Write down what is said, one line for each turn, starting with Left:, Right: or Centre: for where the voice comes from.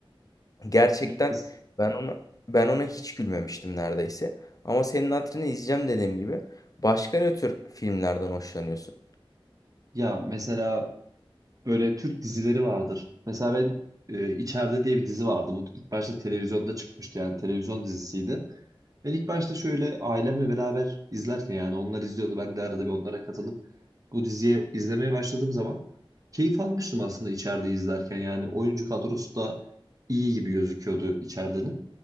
Left: Gerçekten
Right: Ya, kes-
Left: ben ona ben ona hiç gülmemiştim neredeyse. Ama senin hatırını izleyeceğim dediğim gibi. Başka ne tür filmlerden hoşlanıyorsun?
Right: ya mesela Böyle Türk dizileri vardır. Mesela ben e, İçeride diye bir dizi vardı. Bu ilk başta televizyonda çıkmıştı yani televizyon dizisiydi. Ben ilk başta şöyle ailemle beraber izlerken yani onlar izliyordu. Ben de arada bir onlara katılıp bu diziye izlemeye başladığım zaman keyif almıştım aslında İçeride izlerken. Yani oyuncu kadrosu da iyi gibi gözüküyordu içeride.